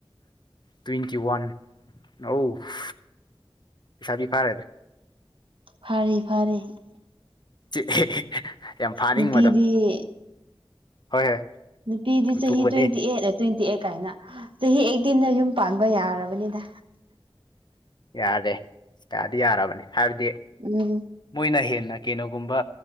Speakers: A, on the left; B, on the right.
A: ꯇ꯭ꯋꯦꯟꯇꯤ ꯋꯥꯟ ꯑꯣꯐ ꯂꯩꯁꯥꯕꯤ ꯐꯥꯔꯦꯗ
B: ꯐꯥꯔꯦ ꯐꯥꯔꯦ
A: ꯆꯦ ꯌꯥꯝ ꯐꯥꯅꯤꯡꯕꯗꯣ
B: ꯅꯨꯄꯤꯗꯤ
A: ꯍꯣꯏ ꯍꯣꯏ
B: ꯅꯨꯄꯤꯗꯤ
A: ꯌꯥꯝ
B: ꯆꯍꯤ
A: ꯊꯨꯕꯅꯤ
B: ꯇ꯭ꯋꯦꯟꯇꯤ ꯑꯦꯠꯅ ꯇ꯭ꯋꯦꯟꯇꯤ ꯑꯦꯠ ꯀꯥꯏꯅ ꯆꯍꯤ ꯑꯦꯇꯤꯟꯗ ꯌꯨꯝ ꯄꯥꯟꯕ ꯌꯥꯔꯕꯅꯤꯗꯥ
A: ꯌꯥꯔꯦ ꯌꯥꯗꯤ ꯌꯥꯔꯕꯅꯤ ꯍꯥꯏꯕꯗꯤ
B: ꯎꯝ
A: ꯃꯣꯏꯅ ꯍꯦꯟꯅ ꯀꯦꯅꯣꯒꯨꯝꯕ